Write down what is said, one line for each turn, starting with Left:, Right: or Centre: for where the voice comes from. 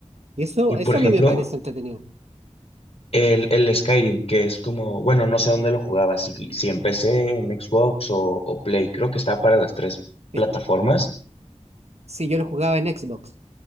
Right: Y eso,
Left: Y
Right: eso
Left: por ejemplo,
Right: a mí me parece entretenido.
Left: el, el Skyrim, que es como, bueno, no sé dónde lo jugaba, si, si empecé en PC, en Xbox o, o Play, creo que estaba para las tres
Right: Es-
Left: plataformas.
Right: si yo lo jugaba en Xbox.